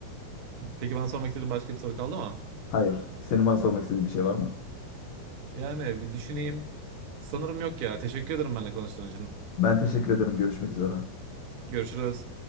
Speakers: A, on the right (about 70°); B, on the left (about 70°).
A: Peki bana sormak istediğin başka bir soru kaldı mı?
B: Hayır, senin bana sormak istediğin bir şey var mı?
A: Yani bir düşüneyim. Sanırım yok ya. Teşekkür ederim benimle konuştuğun için.
B: Ben teşekkür ederim. Görüşmek üzere.
A: Görüşürüz.